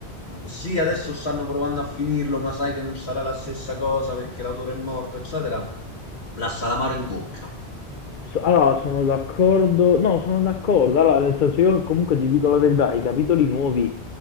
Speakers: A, on the left; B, on the left.
A: mm, sì, adesso stanno provando a finirlo, ma sai che non sarà la stessa cosa perché l'autore è morto, eccetera. La salamaro in bocca.
B: So allora sono d'accordo no, sono d'accordo. Allora nel senso io comunque ti dico la verità, i capitoli nuovi